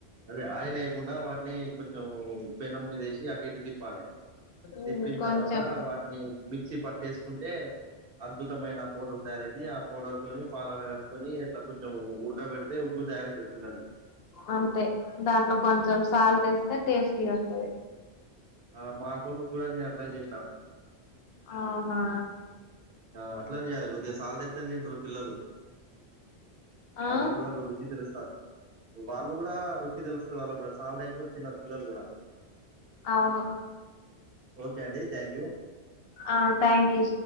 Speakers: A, on the right; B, on the left.
A: అదే ఆయిల్ లేకుండా వాటిని కొంచెం పెన్నం మీదేసి అటు ఇటు తిప్పాలి
B: ఉమ్
A: తిప్పిన
B: కొంచెం
A: తర్వాత వాటిని మిక్సీ పట్టేసుకుంటే అద్భుతమైన పౌడర్ తయారుఅయితది పౌడర్తోని పాలాల కలుపుకొని ఇట్లా కొంచెం ఉఊడక పెడితే ఉగ్గు తయార చేస్తుండనుది
B: అంతే దాంట్లో కొంచెం సాల్ట్ ఏస్తే టేస్టీ వస్తుంది
A: ఆ మా కొడు కూడా నేను అట్లా చేసినా
B: అవునా
A: ఆ అట్లానే చేయాలి కొద్దిగా సాల్ట్ ఎస్తేనే తింటారు పిల్లలు
B: ఆ
A: వాళ్ళ కూడా కూడా రుచి తెలుస్తా వాళ్ళు కూడా రుచి తెలుస్తుంది వాళ్ళు కూడాసాల్ట్ ఎయికపోతే తిన్నరు పిల్లలు కూడా
B: అవును
A: ఓకే అడి థ్యాంక్ యూ
B: ఆ థ్యాంక్ యూ